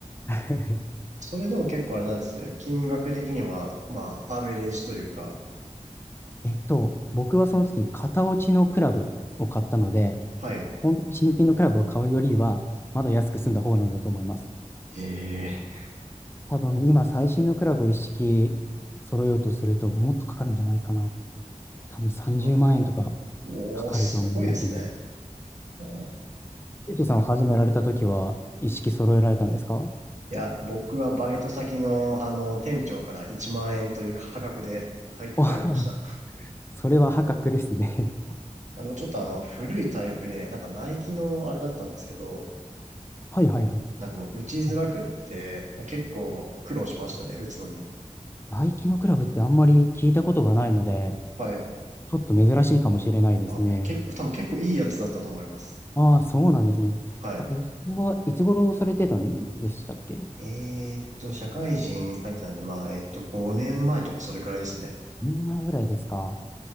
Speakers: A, on the left; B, on the right.
A: <laughs>
B: それでも結構あれなんですよ。金額的には、まあ、アベレージというか、
A: えっと、僕はその時、型落ちのクラブを買ったので、
B: はい。
A: 本当の新品のクラブを買うよりは、まだ安く済んだ方なんだと思います。
B: ええ。
A: 多分今最新のクラブを一式揃えようとするともっとかかるんじゃないかな。多分30万円とか
B: あーおー、
A: かかると思いますね。
B: すごいですね。あー
A: ゆうとさんを始められた時は一式揃えられたんですか
B: いや、僕はバイト先の、あの、店長から1万円という価格で買い、買いました。
A: お <laughs> それは破格ですね。
B: まあ、でもちょっとあの、古いタイプで、なんかナイキのあれだったんですけど、
A: <laughs> はいはいはい。
B: なんかもう打ちづらくって、
A: あ
B: 結構苦労しましたね、打つのに。
A: ナイキのクラブってあんまり聞いたことがないので、
B: はい。
A: ちょっと珍しいかもしれないですね。
B: あ、結構、多分結構いいやつだったと思います。
A: ああ、そうなんですね。
B: はい。
A: はえ、それはいつ頃されてたんでしたっけ
B: えーっと、社会人入ってたんで、まあ、えーっと、5年前とかそれくらいですね。
A: ?2 年前ぐらいですか